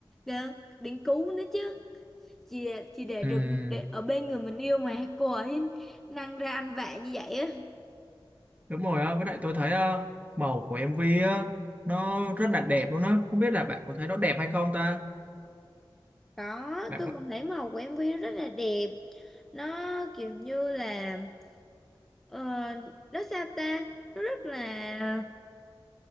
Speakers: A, in the centre; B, on the right (about 15°).
A: ờ, đến cứu nữa chứ Chỉ để, chỉ để
B: Ừm,
A: được để ở bên người mình yêu mà Cô ấy năng ra anh vạ như vậy á
B: Đúng rồi á, với lại tôi thấy ờ, màu của MV á, nó rất là đẹp luôn á. Không biết là bạn có thấy nó đẹp hay không ta?
A: Có,
B: Bạn
A: tôi
B: có
A: cũng thấy màu của em MV rất là đẹp Nó kiểu như là ờ, Nó sao ta Nó rất là